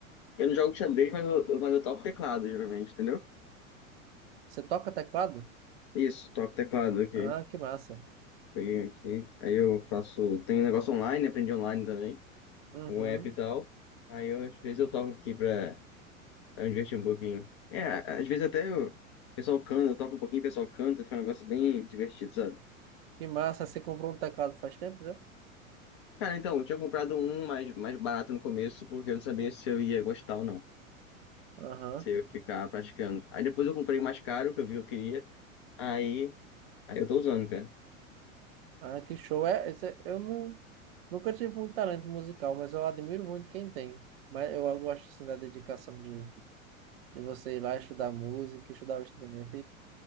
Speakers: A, on the left; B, on the right.
A: eu não jogo xadrez, mas eu, eu- mas eu toco teclado, geralmente, entendeu?
B: Você toca teclado?
A: Isso, toco teclado aqui.
B: Ah, que massa.
A: Peguei aqui. Aí eu faço. Tem um negócio online, aprendi online também.
B: Uhum.
A: Um app e tal. Aí eu, às vezes eu toco aqui pra, pra me divertir um pouquinho. É, às vezes até o pessoal canta, eu toco um pouquinho, o pessoal canta, fica um negócio bem divertido, sabe?
B: Que massa, você comprou um teclado faz tempo já?
A: Cara, então, eu tinha comprado um mais, mais barato no começo, porque eu não sabia se eu ia gostar ou não.
B: Aham.
A: Se eu ia ficar praticando. Aí depois eu comprei o mais caro, que eu vi que eu queria. Aí, aí eu tô usando, cara.
B: Ah, que show. É, esse é- eu não, nunca tive muito talento musical, mas eu admiro muito quem tem. Mas eu gosto assim da dedicação de, de você ir lá estudar música, estudar o instrumento